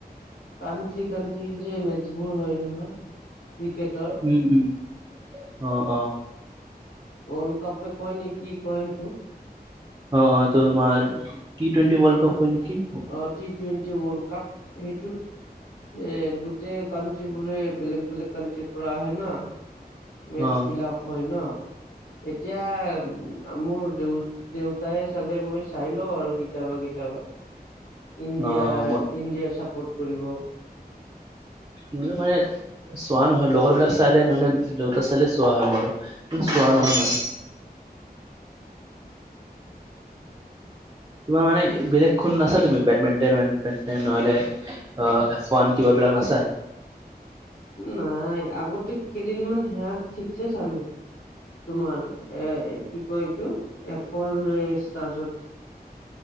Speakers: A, on the left (about 70°); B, on the right (about 25°).
A: কানট্ৰি কানট্ৰিৰ যে মেচবোৰ হয় নহয়, ক্ৰিকেটৰ।
B: উম উম, অ', অ'।
A: ৱৰ্ল্ড কাপেই কয় নে কি কয় সেইটো?
B: অ' অ', তোমাৰ টি টুৱেন্টি ৱৰ্ল্ড কাপ কয় নেকি।
A: অ', টি টুৱেন্টি ৱৰ্ল্ড কাপ সেইটোত এই গোটেই কানট্ৰি বোলে, বেলেগ বেলেগ কানট্ৰিৰ পৰা আহে না। মেচ
B: অ
A: বিলাক হয় ন, এতিয়া মোৰ দেউ দেউতাই চালে, মই চাই লওঁ আৰু কেতিয়াবা কেতিয়াবা।
B: উম
A: ইণ্ডিয়া,
B: অ
A: ইণ্ডিয়াৰ চাপৰ্ট কৰিব।
B: মোৰো মানে চোৱা নহয়, লগৰ বিলাক চালে ন'হলে দেউতাই চালে চোৱা হয় মোৰো। চোৱা
A: উম
B: নহয় ইমান তোমাৰ মানে বেলেগ খন নাচায় তুমি? বেডমিন্টন দেডমিন্টন নহলে এফ ওৱান কিবাবিলাক নাচায়?
A: নাই, আগতে কেইদিনমান সেইয়া ঠিকছে চালো। তোমাৰ এ কি কয় এইটো? এফ ওৱান ৰে স্তাৰ্যত।